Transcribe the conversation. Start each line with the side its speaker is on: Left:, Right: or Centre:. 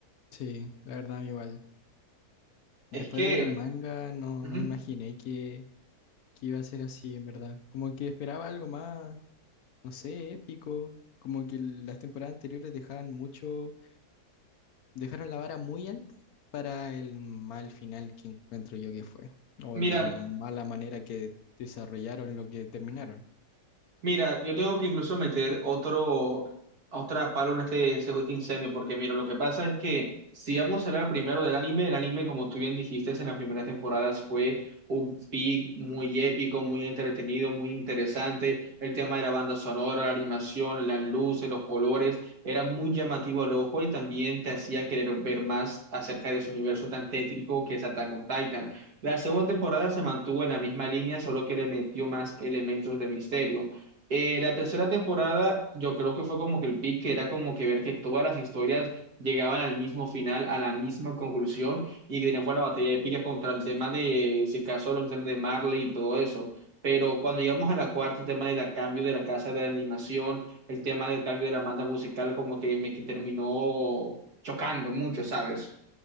Left: Sí, la verdad, a mí igual. Después
Right: Es que,
Left: de ver el manga, no,
Right: ujú.
Left: no imaginé que, que iba a ser así, en verdad. Como que esperaba algo más, no sé, épico. Como que las temporadas anteriores dejaban mucho, dejaron la vara muy alta para el mal final que encuentro yo que fue. O
Right: Mira,
Left: la mala manera que desarrollaron lo que terminaron.
Right: Mira, yo tengo que incluso meter otro, otra palo en este, este juicio de incendio, porque mira, lo que pasa es que si vamos a hablar primero del anime, el anime, como tú bien dijiste, en las primeras temporadas fue un pic muy épico, muy entretenido, muy interesante. El tema de la banda sonora, la animación, las luces, los colores, era muy llamativo al ojo y también te hacía querer ver más acerca de ese universo tan tétrico que es Attack on Titan. La segunda temporada se mantuvo en la misma línea, solo que le metió más elementos de misterio. Eh, la tercera temporada, yo creo que fue como que el pick, que era como que ver que todas las historias llegaban al mismo final, a la misma conclusión, y que teníamos la batalla épica contra el tema de, eh, si acaso, los titanes de Marley y todo eso. Pero cuando llegamos a la cuarta, el tema del cambio de la casa de la animación, el tema del cambio de la banda musical, como que me que terminó chocando mucho, ¿sabes?